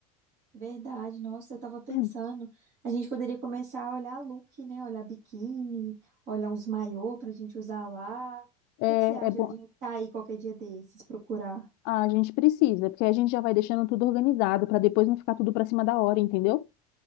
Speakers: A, on the right; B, on the left.
A: Verdade, nossa, eu tava pensando,
B: <clears throat>
A: a gente poderia começar a olhar look, né? Olhar biquíni, olhar uns maiô pra gente usar lá.
B: É,
A: O que que você acha
B: é bom,
A: da gente sair qualquer dia desses, procurar?
B: a gente precisa, porque a gente já vai deixando tudo organizado para depois não ficar tudo para cima da hora, entendeu?